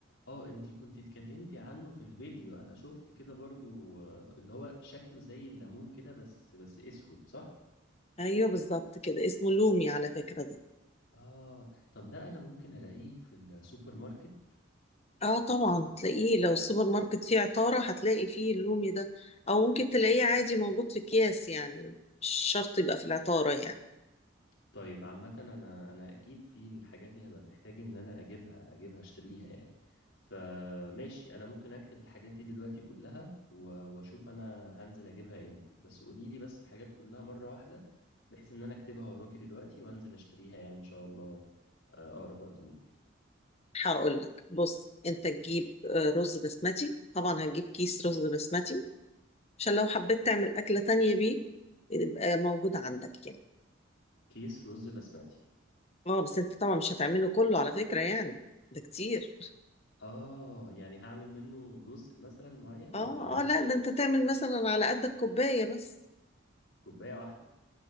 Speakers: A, on the left; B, on the left.
A: اه انتي كنتي اتكلمتي عنه في الفيديو انا شفت كده برضو آه، اللي هو شكله زي الليمون كده بس بس اسود صح
B: ايوه بالظبط كده اسمه لومي على فكرة ده
A: اه طب ده انا ممكن الاقيه في السوبر ماركت
B: اه طبعا تلاقيه لو السوبر ماركت فيه عطارة هتلاقي فيه اللومي ده او ممكن تلاقيه عادي موجود في اكياس يعني مش شرط يبقى في العطارة يعني
A: طيب عامة انا انا اكيد في الحاجات دي هبقى محتاج ان انا اجيبها اجيبها اشتريها يعني فماشي انا ممكن اكتب الحاجات دي دلوقتي كلها و- واشوف انا هنزل اجيبها امتى بس قولي لي بس الحاجات كلها مرة واحدة بحيث ان انا اكتبها وراكي دلوقتي وانزل اشتريها يعني ان شاء الله آه، اقرب وقت ممكن
B: هقول لك بص انت تجيب آه، رز بسمتي طبعا هتجيب كيس رز بسمتي عشان لو حبيت تعمل أكلة تانية بيه يبقى موجود عندك يعني
A: كيس رز بسمتي
B: اه بس انت طبعا مش هتعمله كله على فكرة يعني ده كتير
A: اه يعني هعمل منه جزء مثلا معين
B: اه
A: ولا ايه
B: اه لا ده انت تعمل مثلا على قدك كوباية بس
A: كوباية واحدة